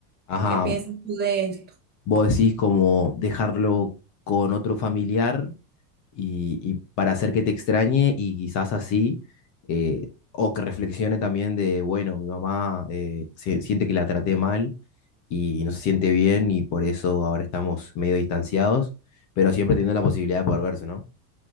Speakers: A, on the left; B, on the right.
A: Ajá,
B: ¿Qué piensas tú de esto?
A: vos decís como dejarlo con otro familiar y, y para hacer que te extrañe y quizás así, eh, o que reflexione también de, bueno, mi mamá eh, se- siente que la traté mal y no se siente bien y por eso ahora estamos medio distanciados, pero siempre teniendo la posibilidad de poder verse, ¿no?